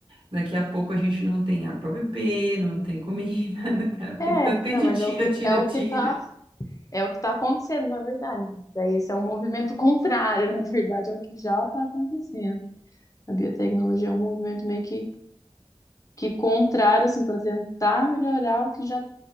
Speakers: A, on the right; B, on the left.
A: Daqui a pouco a gente não tem água para beber, não tem comida, <laughs> né? porque
B: é,
A: de tanto que
B: não,
A: a gente
B: mas
A: tira,
B: é o que
A: tira,
B: é o
A: tira.
B: que tá, é o que tá acontecendo, na verdade. né? Daí esse é um movimento <laughs> contrário, na verdade, ao que já está acontecendo. A biotecnologia é um movimento meio que, que contrário, assim, para tentar melhorar o que já